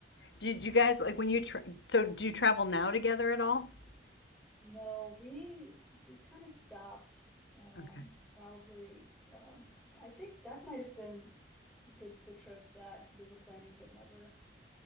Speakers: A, on the left; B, in the centre.
A: Did you guys like when you tra so do you travel now together at all?
B: No, we we kind of stopped. Um,
A: Okay.
B: probably. Um, I think that might have been the the trip that we were planning, but never